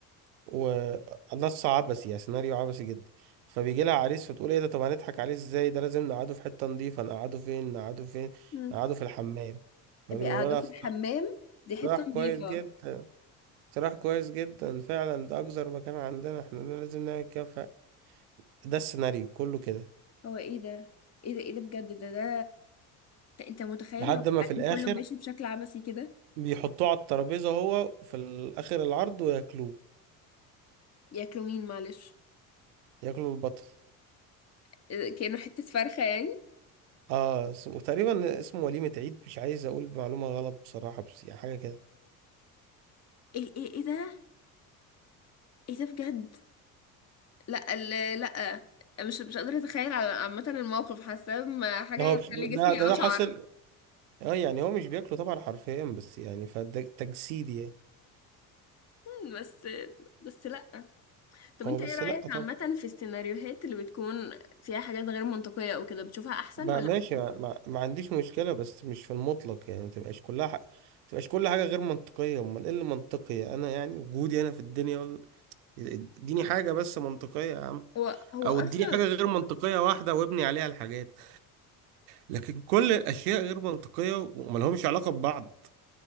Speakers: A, on the right; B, on the left.
A: ونص عبثي يعني سيناريو عبثي جدا فبيجي لها عريس فتقول ايه ده طب هنضحك عليه ازاي ده لازم نقعده في حتة نظيفة نقعده فين نقعده فين
B: مم.
A: نقعده في الحمام فبيقولوا
B: بيقعدوا
A: لها
B: في
A: اختار
B: الحمام دي حتة
A: اقتراح كويس
B: نظيفة
A: جدا اقتراح كويس جدا فعلا ده اكثر مكان عندنا احنا ده لازم نعمل كده ف- ده السيناريو كله كده
B: هو ايه ده ايه ده ايه ده بجد ده ده انت أنت متخيل
A: لحد
B: لو
A: ما
B: العالم
A: في الاخر
B: كله ماشي بشكل عبثي كده
A: بيحطوه على الترابيزة هو في الاخر العرض وياكلوه
B: ياكلوا مين معلش
A: ياكلوا البطل
B: إيه- ده؟ كأنه حتة فرخة يعني
A: اه اسمه تقريبا اسمه وليمة عيد مش عايز اقول معلومة غلط بصراحة بس يعني حاجة كده
B: ايه ايه ايه ده ايه ده بجد لا ال- لا مش مش قادرة اتخيل على- عامة الموقف حاسة ما حاجة
A: ده هو
B: تخلي
A: مش- ده
B: جسمي
A: ده ده
B: اشعر
A: حاصل اه يعني هو مش بياكله طبعا حرفيا بس يعني فده تجسيد يعني
B: مم، بس بس لا طب انت
A: هو بس
B: ايه رأيك
A: لا طبعا
B: عامة في السيناريوهات اللي بتكون فيها حاجات غير منطقية او كده بتشوفها احسن
A: ما-
B: ولا
A: ماشي
B: بتشوف
A: ما, ما, ما عنديش مشكلة بس مش في المطلق يعني ما تبقاش كلها حق. تبقاش كل حاجة غير منطقية امال ايه اللي منطقي انا يعني وجودي انا في الدنيا ولا اديني حاجة بس منطقية يا عم
B: هو هو
A: او
B: اصلا
A: اديني حاجة غير منطقية واحدة وابني عليها الحاجات لكن كل الاشياء غير منطقية وملهمش علاقة ببعض